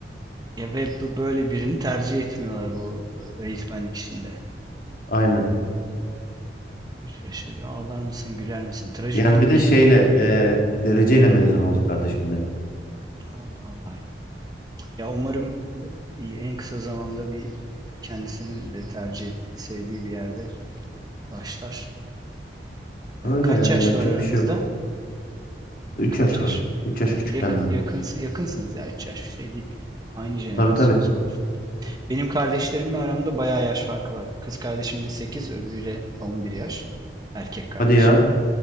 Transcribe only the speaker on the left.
Aynen.
Yani bir de şeyle e, dereceyle mezun oldu kardeşim benim.
Öyle
yani
yapacak
bir şey yok. üç
yaş
var.
üç yaş
küçük
benden.
Tabii tabii.
Hadi ya.